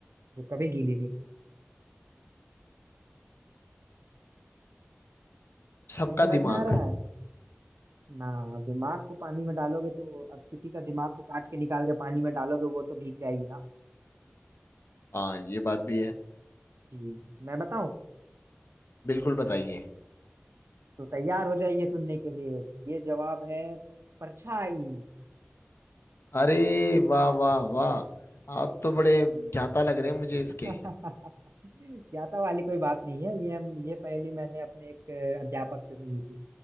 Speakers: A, on the right (about 70°); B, on the left (about 65°).
A: जो कभी गीली नहीं है
B: सबका
A: नहीं समझ
B: दिमाग
A: में आ रहा है ना दिमाग को पानी में डालोगे तो अब किसी का दिमाग को काट के निकाल के पानी में डालोगे वो तो भीग जाएगी ना
B: हाँ ये बात भी है
A: जी मैं बताऊं
B: बिल्कुल बताइए
A: तो तैयार हो जाइए सुनने के लिए ये जवाब है परछाई
B: अरे वाह वाह वाह आप तो बड़े ज्ञाता लग रहे हैं मुझे इसके
A: <laughs> ज्ञाता वाली कोई बात नहीं है ये हम ये पहेली मैंने अपने एक अ, अध्यापक से सुनी थी